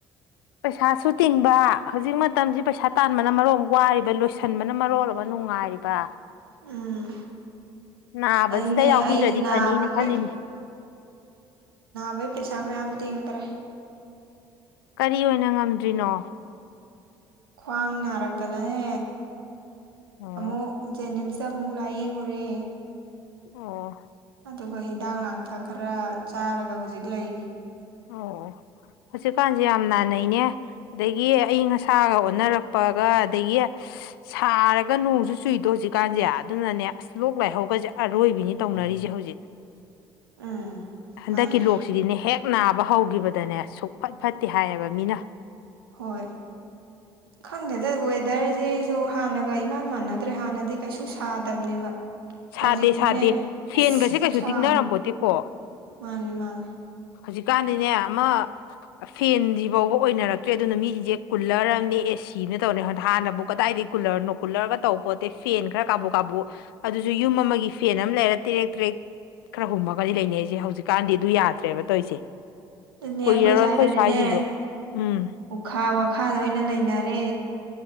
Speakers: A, on the left; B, on the right.
A: ꯄꯩꯁꯥꯁꯨ ꯇꯤꯡꯕ ꯍꯧꯖꯤꯛ ꯃꯇꯝꯁꯤ ꯄꯩꯁꯥ ꯇꯥꯟꯕꯅ ꯃꯔꯣꯡ ꯋꯥꯔꯤꯕ ꯂꯣꯏꯁꯤꯟꯕꯅ ꯃꯔꯣꯜ ꯑꯃ ꯅꯨꯡꯉꯥꯏꯔꯤꯕ
B: ꯎꯝ
A: ꯅꯥꯕꯁꯤꯗ
B: ꯑꯗꯨꯅꯦ
A: ꯌꯥꯎꯕꯤꯗ꯭ꯔꯗꯤ
B: ꯑꯩ ꯅꯥꯕꯒꯤ
A: ꯐꯅꯤꯅ ꯈꯜꯂꯤꯅꯦ
B: ꯕꯩ ꯄꯩꯁꯥ ꯃꯌꯥꯝ ꯇꯤꯡꯒ꯭ꯔꯦ
A: ꯀꯔꯤ ꯑꯣꯏꯅ ꯉꯝꯗ꯭ꯔꯤꯅꯣ
B: ꯭ꯋꯥꯡ ꯅꯥꯔꯛꯇꯅꯅꯦ
A: ꯑꯣ
B: ꯑꯃꯨꯛ ꯖꯦꯅꯤꯝꯁ ꯇ ꯑꯃꯨꯛ ꯂꯥꯏꯌꯦꯡꯉꯨꯔꯦ
A: ꯑꯣ
B: ꯑꯗꯨꯒ ꯍꯤꯗꯥꯛ ꯂꯥꯡꯊꯛ ꯈꯔ ꯆꯥꯔꯒ ꯍꯧꯖꯤꯛ ꯂꯩꯔꯤ
A: ꯑꯣ ꯍꯧꯖꯤꯛꯀꯥꯟꯁꯦ ꯌꯥꯝ ꯅꯥꯅꯩꯅꯦ ꯑꯗꯒꯤ ꯑꯏꯪ ꯑꯁꯥꯒ ꯑꯣꯟꯅꯔꯛꯄꯒ ꯑꯗꯒꯤ ꯁꯥꯔꯒ ꯅꯣꯡꯁꯨ ꯆꯨꯏꯗꯣ ꯍꯧꯖꯤꯛꯀꯥꯟꯁꯦ ꯑꯗꯨꯅꯅꯦ ꯑꯁ ꯂꯣꯛ ꯂꯥꯏꯍꯧꯒꯁꯦ ꯑꯔꯣꯏꯕꯤꯅꯤ ꯇꯧꯅꯔꯤꯁꯦ ꯍꯧꯖꯤꯛ
B: ꯎꯝ
A: ꯍꯟꯗꯛꯀꯤ
B: ꯃꯥꯅꯦ
A: ꯂꯣꯛꯁꯤꯗꯤꯅꯦ ꯍꯦꯛ ꯅꯥꯕ ꯍꯧꯈꯤꯕꯗꯅꯦ ꯁꯨꯛ ꯐꯠ ꯐꯠꯇꯦ ꯍꯥꯏꯌꯦꯕ ꯃꯤꯅ
B: ꯍꯣꯏ ꯈꯪꯗꯦꯗ ꯋꯦꯗꯔ ꯁꯦꯁꯨ ꯍꯥꯟꯅꯒ ꯏꯃꯥꯟ ꯃꯥꯟꯅꯗ꯭ꯔꯦ ꯍꯥꯟꯅꯗꯤ ꯀꯩꯁꯨ ꯁꯥꯗꯕꯅꯦꯕ
A: ꯁꯥꯗꯦ
B: ꯍꯧꯖꯤꯛꯇꯤꯅꯦ
A: ꯁꯥꯗꯦ ꯐꯦꯟꯒꯁꯦ
B: ꯑꯁ ꯈꯨꯠ
A: ꯀꯩꯁꯨ
B: ꯁꯥꯥꯝꯅꯤ
A: ꯇꯤꯛꯅꯔꯝꯄꯣꯠꯇꯦꯀꯣ
B: ꯃꯥꯅꯤ ꯃꯥꯅꯤ
A: ꯍꯧꯖꯤꯛꯀꯥꯟꯗꯤꯅꯦ ꯑꯃ ꯐꯦꯟꯁꯤ ꯐꯥꯎꯕ ꯑꯣꯏꯅꯔꯛꯇ꯭ꯔꯦ ꯑꯗꯨꯅ ꯃꯤꯁꯤꯡꯁꯦ ꯀꯨꯜꯂꯔ ꯑꯃꯅꯦ ꯑꯦꯁꯤꯅ ꯇꯧꯔꯦ ꯍꯥꯟꯅꯕꯨ ꯀꯗꯥꯏꯗꯒꯤ ꯀꯨꯂꯔ ꯅꯣ ꯀꯨꯜꯂꯔꯒ ꯇꯧ ꯄꯣꯠꯇꯦ ꯐꯦꯟ ꯈꯔ ꯀꯥꯕꯨ ꯀꯥꯕꯨ ꯑꯗꯨꯁꯨ ꯌꯨꯝ ꯑꯃꯒꯤ ꯐꯦꯟ ꯑꯃ ꯂꯩꯔ ꯇꯦꯔꯦ ꯇꯔꯦ ꯈꯔ ꯍꯨꯝꯃꯒꯗꯤ ꯂꯩꯅꯩꯔꯤꯁꯦ ꯍꯧꯖꯤꯛꯀꯥꯟꯗꯤ ꯑꯗꯨ ꯌꯥꯗ꯭ꯔꯦꯕ ꯇꯧꯔꯤꯁꯦ
B: ꯑꯗꯨꯅꯦ
A: ꯀꯨꯏꯔꯔꯣꯏ
B: ꯑꯩꯈꯣꯏ ꯁ꯭ꯋꯥꯏꯗꯅꯤꯅꯦ
A: ꯁ꯭ꯋꯥꯏꯁꯤꯁꯨ ꯎꯝ
B: ꯎꯈꯥ ꯋꯥꯈꯥꯗ ꯑꯣꯏꯅ ꯂꯩꯅꯔꯦ